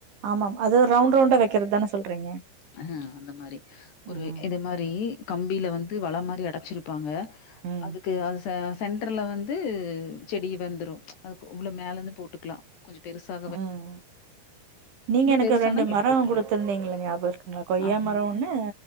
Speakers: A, on the right; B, on the left.
A: ஆமாம் அது ரவுண்ட் ரவுண்டா வெக்கறத் தான சொல்றீங்க
B: ஆ அந்த மாரி ஒரு
A: ம்
B: இது மாரி கம்பீல வந்து வல மாரி அடச்சிருப்பாங்க
A: ம்
B: அதுக்கு அது த சென்ட்ரல்ல வந்து செடி வந்துரு அதுக்கு உள்ள மேலர்ந்து போட்டுக்லா கொஞ்ச பெருசா
A: ம் நீங்க எனக்கு
B: பெருசானா
A: ரெண்டு
B: எடுத்து
A: மரோ
B: விட்டுர்லா
A: குடுத்திருந்தீங்கல்ல ஞாப இருக் குங்ளா கொய்யா
B: ஆமாங்க
A: மரோ ஒன்னு